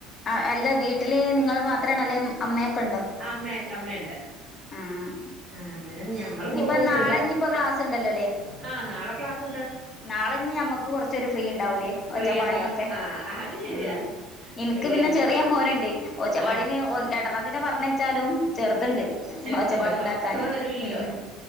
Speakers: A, on the left; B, on the right.
A: ആഹ് അല്ല വീട്ടില് നിങ്ങൾ മാത്രണ അല്ലേ അമ്മയൊക്കെ ഉണ്ടോ
B: ആഹ് അമ്മ അമ്മയുണ്ട്
A: ആഹ് അം
B: ആ അന്നേരം ഞങ്ങള്
A: ഇനിയിപ്പോ
B: പോകൊന്നുല്ല
A: നാളെനി ഇപ്പൊ ക്ലാസ്സുണ്ടല്ലോല്ലേ
B: ആ നാളെ ക്ലാസ്സുണ്ട്
A: നാളെനി നമ്മുക്ക് കുറച്ചരു ഫ്രീ ഉണ്ടാവൂലേ
B: ഫ്രീ
A: ഒച്ചപ്പാടിനൊക്കെ
B: ഉണ്ടാവും ആ അത് ശരിയാ
A: ആഹ് എനിക്ക്
B: പിള്ളേ
A: പിന്നെ ചെറിയ മോനുണ്ട് ഒച്ചപ്പാടിന്
B: ആ
A: ഒ രണ്ടെണ്ണത്തിന്നെ പറഞ്ഞ വച്ചാലും ചെറുതുണ്ട്
B: ചെറുതുണ്ട്
A: ഒച്ചപ്പാടുണ്ടാക്കാന്
B: സ്വസ്ഥതരൂല്ലല്ലോ
A: ഉംഉം